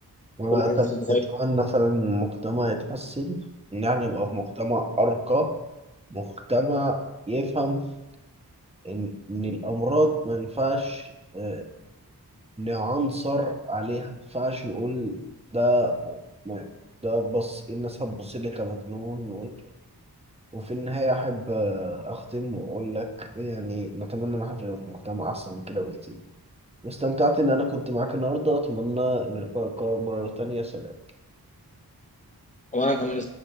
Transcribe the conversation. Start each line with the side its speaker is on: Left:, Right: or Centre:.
Right: وأنا
Left: كل حاجه
Right: طب
Left: فيه تتغير
Right: أتمنى فعلا إن المجتمع يتحسن إن إحنا نبقى في مجتمع أرقى مجتمع يفهم إن إن الأمراض ما ينفعش آه، نعنصر عليها ما ينفعش نقول ده ما- ده بص إيه الناس هتبص لي كمجنون وك- وفي النهاية أحب آه، أختم وأقول لك يعني نتمنى إن احنا نبقى في مجتمع أحسن من كده بكتير واستمتعت إن أنا كنت معاك النهاردة أتمنى إن اللقاء يتكرر مرة تانية سلام
Left: وانا كمان